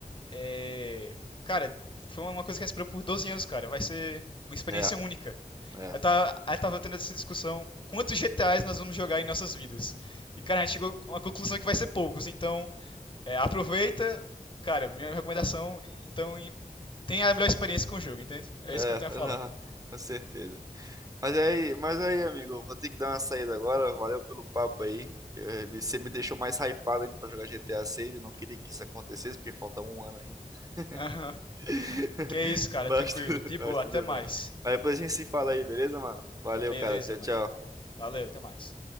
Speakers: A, on the left; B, on the right.
A: é. Cara, foi uma coisa que a gente esperou por 12 anos, cara. Vai ser uma experiência
B: É,
A: única.
B: é,
A: Eu tava, aí tava tendo essa discussão, quantos GTAs nós vamos jogar em nossas vidas? E, cara, a gente chegou a uma conclusão que vai ser poucos. Então, é, aproveita. Cara, minha recomendação, então, em- tenha a melhor experiência com o jogo, entende? É
B: é,
A: isso que eu tenho a falar.
B: não, com certeza. Mas é aí, mas é aí, amigo, eu vou ter que dar uma saída agora, valeu pelo papo aí. Eh, Você me deixou mais hypado ainda pra jogar GTA 6, eu não queria que isso acontecesse, porque falta um ano ainda.
A: Aham.
B: <laughs>
A: Que é isso, cara.
B: Mas,
A: Tranquilo.
B: tu-
A: De
B: mas
A: boa.
B: tudo
A: Até mais.
B: bem. Mas depois a gente se fala aí, beleza, mano? Valeu,
A: Beleza,
B: cara. Tchau,
A: mano.
B: tchau.
A: Valeu. Até mais.